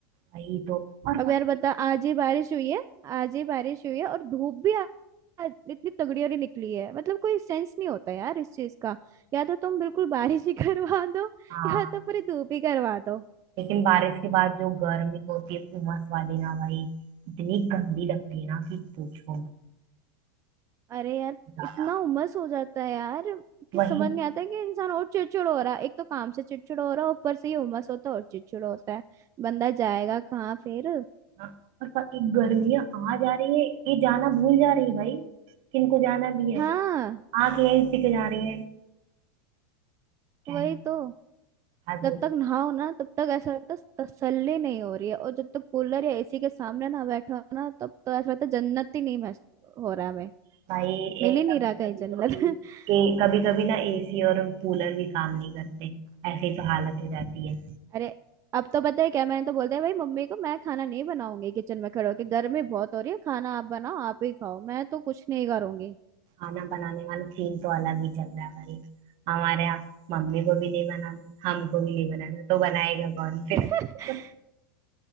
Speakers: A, on the right; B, on the right.
A: वही तो और
B: अब
A: बाकी
B: यार बता आज ही बारिश हुई है आज ही बारिश हुई है और धूप भी आ- आज इतनी तगड़ी वाली निकली है मतलब कोई सेंस नहीं होता यार इस चीज का या तो तुम बिल्कुल बारिश ही <laughs> करवा दो
A: हाँ
B: या तो पूरी धूप ही करवा दो
A: लेकिन बारिश के बाद जो गर्मी होती है उमस वाली ना भाई इतनी गंदी लगती है ना कि पूछो मत
B: अरे यार
A: ज्यादा
B: इतना उमस हो जाता है यार कि
A: वही
B: समझ नहीं आता कि इंसान और चिड़चिड़ हो रहा है एक तो काम से चिड़चिड़ हो रहा है ऊपर से ये उमस होता है और चिड़चिड़ होता है बंदा जाएगा कहाँ फिर
A: हाँ, और पर ये गर्मियाँ आ जा रही है ये जाना भूल जा रही है भाई किनको जाना भी है
B: हाँ
A: आके यही टिक जा रही है क्या
B: वही
A: है,
B: तो
A: हद
B: जब
A: हो
B: तक नहाओ ना तब तक ऐसा लगता है तसल्ली नहीं हो रही है और जब तक कूलर या एसी के सामने ना बैठो ना तब तो ऐसा लगता है जन्नत ही नहीं महस- हो रहा है, हमें
A: भाई
B: मिल
A: एक
B: ही नहीं रहा कहीं
A: कभी
B: जन्नत
A: कभी तो
B: <laughs>
A: ए, ए, कभी कभी ना एसी और कूलर भी काम नहीं करते ऐसी तो हालत हो जाती है
B: अरे अब तो पता है क्या मैंने तो बोल दिया भाई मम्मी को मैं खाना नहीं बनाऊंगी किचन में खड़े होके गर्मी बहुत हो रही है खाना आप बनाओ आप ही खाओ मैं तो कुछ नहीं करूंगी
A: खाना बनाने वाला सीन तो अलग ही चल रहा है भाई हमारे यहाँ मम्मी को भी नहीं बनाना हमको भी नहीं बनाना तो बनाएगा कौन फिर
B: <laughs>
A: <laughs>